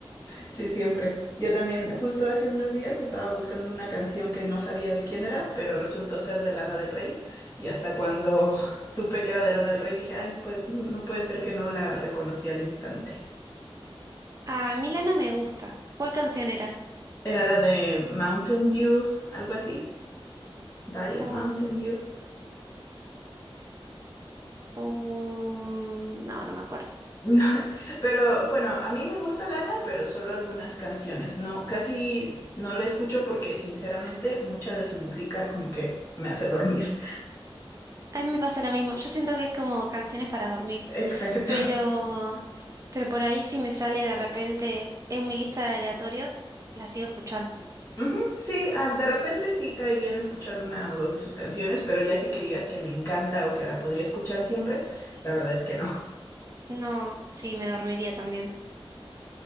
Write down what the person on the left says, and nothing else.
Sí, siempre. Yo también, justo hace unos días estaba buscando una canción que no sabía de quién era, pero resultó ser de Lana del Rey. Y hasta cuando <laughs> supe que era de Lana del Rey, dije, ay, pues no, no puede ser que no la reconocí al instante.
Era la de Mountain Dew, algo así. Diet
Mountain Dew.
<laughs> Pero bueno, a mí me gusta Lana, pero solo algunas canciones. No, casi no la escucho porque sinceramente mucha de su música como que me hace dormir.
<laughs> Exacto.
Ujú, Sí, ah, de repente sí cae bien escuchar una o dos de sus canciones, pero ya sí que digas que me encanta o que la podría escuchar siempre, la verdad es que no. <laughs>